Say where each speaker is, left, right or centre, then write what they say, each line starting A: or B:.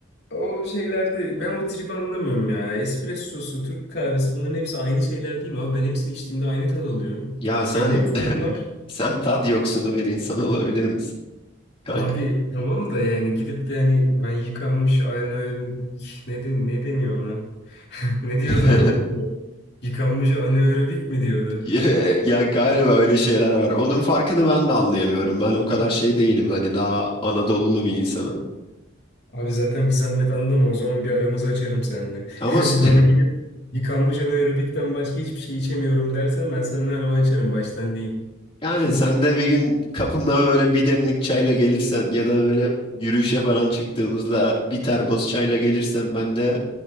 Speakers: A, on the left; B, on the left.
A: o şeylerde ben o tribi anlamıyorum ya. Espressosu, Türk kahvesi bunların hepsi aynı şeyler değil mi abi? Ben hepsini içtiğimde aynı tad alıyorum.
B: Ya sen
A: Bende mi sorun
B: <laughs>
A: var?
B: sen tat yoksunu bir insan olabilir misin kanka?
A: Abi tamam da yani gidip de yani ben yıkanmış anaerobik ne, de- ne deniyor ona? <laughs> Ne diyordu?
B: <laughs>
A: o? Yıkanmış anaerobik mi diyordu?
B: Ya, ya galiba öyle şeyler var. Onun farkını ben de anlayamıyorum. Ben o kadar şey değilim. Hani daha Anadolulu bir insanım.
A: Abi zaten bir zahmet anlama o zaman bir aramızı açarım seninle.
B: Ama
A: <laughs> Yani
B: s-
A: bana gelip yıkanmış anaerobikten başka hiçbir şey içemiyorum dersen ben seninle aramı açarım baştan diyeyim.
B: <laughs> yani
A: <laughs>
B: sen de bir gün kapımda böyle bir demlik çayla gelirsen ya da böyle yürüyüşe falan çıktığımızda bir termos çayla gelirsen ben de